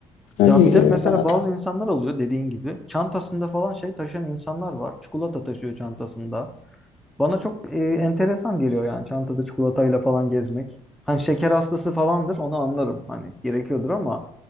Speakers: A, on the left; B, in the centre.
A: Öyle
B: Ya bir
A: geliyor
B: de mesela
A: bana da.
B: bazı insanlar oluyor dediğin gibi. Çantasında falan şey taşıyan insanlar var. Çikolata taşıyor çantasında. Bana çok e, enteresan geliyor yani çantada çikolatayla falan gezmek. Hani şeker hastası falandır onu anlarım. Hani gerekiyordur ama